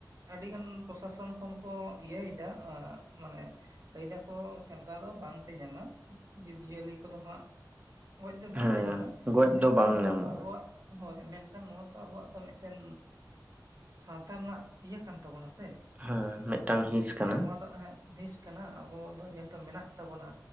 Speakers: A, on the right (about 50°); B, on the right (about 20°).
A: ᱟᱹᱰᱤ ᱜᱟᱱ ᱯᱨᱚᱥᱟᱥᱚᱱ ᱠᱷᱚᱱ ᱠᱚ ᱤᱭᱟᱹᱭᱮᱫᱟ ᱢᱟᱱᱮ ᱞᱟᱹᱭ ᱫᱟ ᱠᱚ ᱥᱮᱸᱫᱽᱨᱟ ᱫᱚ ᱵᱟᱝᱯᱮ ᱧᱟᱢᱟ ᱡᱤᱵᱽᱡᱤᱭᱟᱹᱞᱤ ᱠᱚᱫᱚ ᱦᱟᱸᱜ ᱜᱚᱡ ᱫᱚ ᱵᱟᱝᱯᱮ
B: ᱦᱮᱸ
A: ᱧᱟᱢᱟ
B: ᱜᱚᱡ
A: ᱢᱮᱱᱠᱷᱟᱱ
B: ᱫᱚ ᱵᱟᱝ
A: ᱱᱚᱣᱟ
B: ᱧᱟᱢᱚᱜᱼᱟ
A: ᱛᱚ ᱟᱵᱚᱣᱟᱜ ᱦᱳᱭ ᱢᱮᱱᱠᱷᱟᱱ ᱱᱚᱣᱟ ᱛᱚ ᱟᱵᱚᱣᱟᱜ ᱛᱚ ᱢᱤᱫᱴᱮᱱ ᱥᱟᱶᱛᱟ ᱨᱮᱱᱟᱜ ᱤᱭᱟᱹ ᱠᱟᱱ ᱛᱟᱵᱚᱱᱟ ᱥᱮ?
B: ᱦᱮᱸ ᱢᱤᱫᱴᱟᱝ ᱦᱤᱸᱥ ᱠᱟᱱᱟ
A: ᱦᱮᱸ ᱱᱚᱣᱟ ᱫᱚ ᱦᱮ ᱦᱤᱥ ᱠᱟᱱᱟ ᱟᱵᱚ ᱡᱮᱦᱮᱛᱩ ᱢᱮᱱᱟᱜ ᱛᱟᱵᱚᱱᱟ,